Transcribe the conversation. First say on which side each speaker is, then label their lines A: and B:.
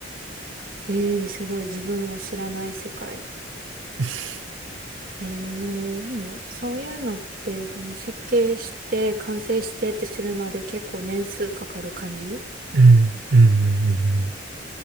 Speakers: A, on the right; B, on the right.
A: うん。ええすごい。自分は知らない世界。
B: <laughs>
A: ええでも、そういうのって多分設計して、完成してってするまで結構年数かかる感じ
B: うん、うん、うん、うん